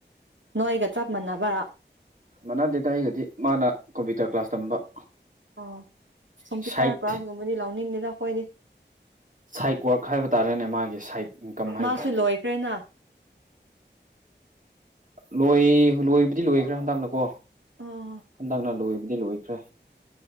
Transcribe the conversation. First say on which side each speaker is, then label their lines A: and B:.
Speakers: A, on the right (about 85°); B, on the right (about 45°).
A: ꯅꯣꯏꯒ ꯆꯞ ꯃꯥꯟꯅꯥꯕ
B: ꯃꯟꯅꯥꯗꯦꯗꯥ ꯑꯩꯒꯗꯤ ꯃꯥꯅ ꯀꯝꯄ꯭ꯌꯨꯇꯔ ꯀ꯭ꯂꯥꯁ ꯇꯝꯕ
A: ꯑꯣ ꯀꯝꯄ꯭ꯌꯨꯇꯔ
B: ꯁꯥꯏꯠ
A: ꯀ꯭ꯂꯥꯁꯒꯨꯝꯕꯗꯤ ꯂꯧꯅꯤꯡꯗꯦꯗ ꯑꯩꯈꯣꯏꯗꯤ
B: ꯁꯥꯏꯠ ꯋꯥꯔꯛ ꯍꯥꯏꯕ ꯇꯥꯔꯦꯅꯦ ꯃꯥꯒꯤ ꯁꯥꯏꯠ ꯏꯟꯀꯝ ꯍꯥꯏꯕ
A: ꯃꯥꯁꯨ
B: ꯇꯥꯔꯦꯅꯦ
A: ꯂꯣꯏꯈ꯭ꯔꯦꯅ
B: ꯂꯣꯏ ꯂꯣꯏꯕꯗꯤ ꯂꯣꯏꯈ꯭ꯔꯦ ꯍꯟꯗꯛꯅꯀꯣ
A: ꯑꯥ
B: ꯍꯟꯗꯛꯅ ꯂꯣꯏꯕꯗꯤ ꯂꯣꯏꯈ꯭ꯔꯦ